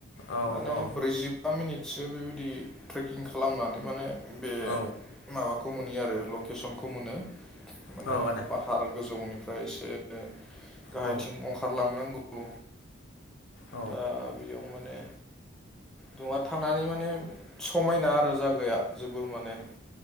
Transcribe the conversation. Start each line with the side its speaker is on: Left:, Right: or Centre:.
Left: औ
Centre: माने
Left: औ
Centre: ब्रैजि बा मिनिटसो बेबायदि ट्रेकिं खालामनानै माने बे
Left: औ
Centre: माबाखौ मोनयो आरो लकेसनखौ मोनो माने
Left: औ आदा
Centre: पा हार गोजौनिफ्राय एसे गाहायथिं
Left: औ
Centre: अंखारलांनांगौ
Left: औ
Centre: दा बियाव माने दङ थांनानै माने समायना आरो जायागाया जोबोर माने।